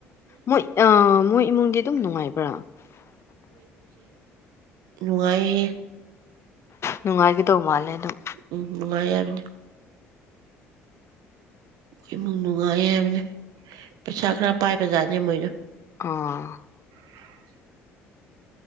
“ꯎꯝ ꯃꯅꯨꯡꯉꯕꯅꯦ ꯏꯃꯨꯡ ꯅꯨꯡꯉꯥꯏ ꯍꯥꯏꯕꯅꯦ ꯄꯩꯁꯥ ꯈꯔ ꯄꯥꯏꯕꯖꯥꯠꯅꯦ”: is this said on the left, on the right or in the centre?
Right